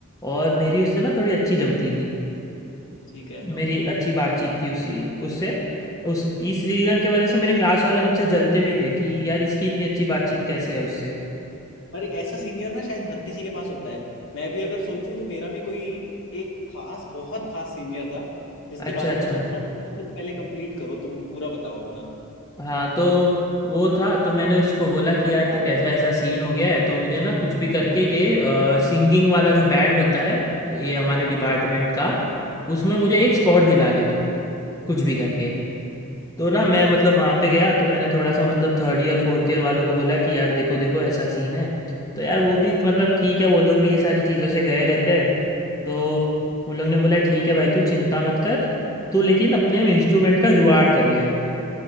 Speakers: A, on the left; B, on the left.
A: और मेरी उससे ना थोड़ी अच्छी जमती थी
B: ठीक है
A: मेरी अच्छी बातचीत थी उसी उससे उस इस रीज़न की वजह से मेरे क्लास वाले मुझसे जलते भी थे कि यार इसकी इतनी अच्छी बातचीत कैसे है उससे
B: पर ऐसा सीनियर ना शायद हर किसी के पास होता है मैं भी अगर सोचूं तो मेरा भी कोई एक खास बहुत खास सीनियर था जिसके
A: अच्छा
B: बारे
A: अच्छा
B: में मैं सोच रहा हूँ नहीं, तुम पहले कंप्लीट करो तुम पूरा बताओ अपना
A: हाँ तो वो था तो मैंने उसको बोला कि यार देख ऐसा ऐसा सीन हो गया है तो मुझे ना कुछ भी करके ये सिंगिंग वाला जो बैंड होता है ये हमारे डिपार्टमेंट का उसमें मुझे
B: हाँ
A: एक स्पॉट दिला दे तू कुछ भी करके
B: <laughs>
A: तो ना
B: हाँ
A: मैं मतलब वहां पे गया तो मैंने थोड़ा सा मतलब थर्ड ईयर फोर्थ ईयर वालों को बोला कि यार देखो देखो ऐसा सीन है तो यार वो भी मतलब ठीक है वो लोग भी ये सारी चीज़ों से गए रहते हैं तो उन लोग ने बोला ठीक है भाई तू चिंता मत कर तू लेकिन अपने इंस्ट्रूमेंट का जुगाड़ कर ले अब